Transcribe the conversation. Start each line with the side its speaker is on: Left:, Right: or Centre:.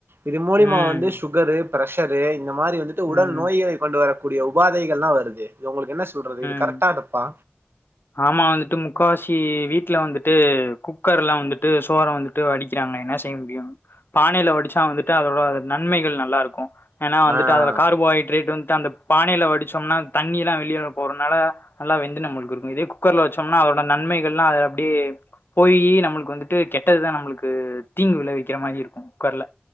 Right: இது மூலிமா
Left: ம்
Right: வந்து ஒரே பிரஷரு இந்த மாதிரி வந்துட்டு
Left: ம்
Right: உடல் நோயை கொண்டு வர கூடிய உபாதைகள்லாம் வருது இது உங்களுக்கு என்ன சொல்றது இது
Left: ம்
Right: கரெக்டா தப்பா
Left: ஆமா வந்துட்டு முக்கால்வாசி வீட்டுல வந்துட்டு குக்கர்ல வந்துட்டு சோறை வந்துட்டு வடிக்கிறாங்க என்ன செய்ய முடியும் பானையில வடிச்சா வந்துட்டு அதோட நன்மைகள் நல்லா இருக்கும் ஏன்னா வந்துட்டு
Right: ஆஹ்
Left: அதுல கார்போஹைட்ரேட் வந்துட்டு அந்த பானையில வடிச்சோம்னா தண்ணி எல்லாம் வெளியில போறதுனால நல்லா வெந்து நம்மளுக்கு இரு இதே குக்கர்ல வச்சோம்னா அதோட நன்மைகள்லாம் அதுல அப்படியே போயி நம்மளுக்கு வந்துட்டு கெட்டதுதான் நம்மளுக்கு தீங்கு விளைவிக்கிற மாதிரி இருக்கும் குக்கர்ல